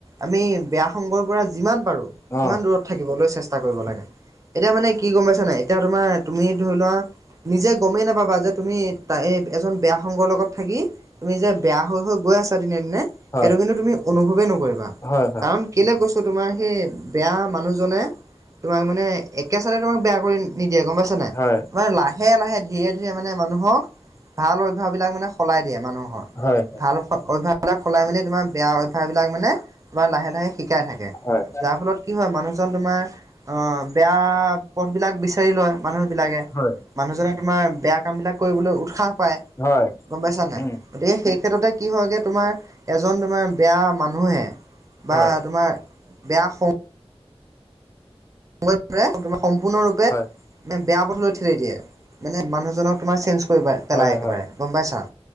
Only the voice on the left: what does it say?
অ',
হয়,
হয়, হয়,
হয়।
হয়,
হয়,
হয়,
হয়।
উম,
হয়,
হয়,
হয়,
হয়।